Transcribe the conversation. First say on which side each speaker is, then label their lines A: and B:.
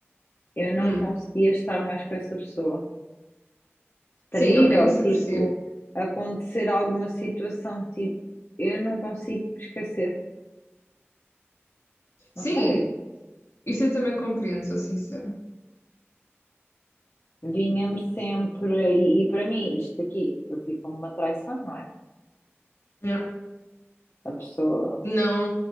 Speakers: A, on the left; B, on the left.
A: eu não
B: Hum.
A: conseguia estar mais com essa pessoa. Trair
B: Sim, ok,
A: ou
B: isso
A: tipo
B: eu percebo.
A: acontecer alguma situação tipo, eu não consigo esquecer. Não
B: Sim,
A: sei,
B: isso eu também compreendo, sou sincera.
A: vinha-me sempre e, e para mim isto aqui eu vi como uma traição, não é?
B: Yeah.
A: A pessoa
B: Não